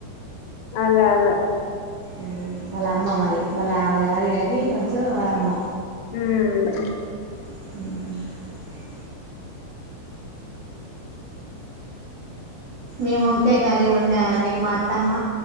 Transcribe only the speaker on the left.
అదే అదే
ఉమ్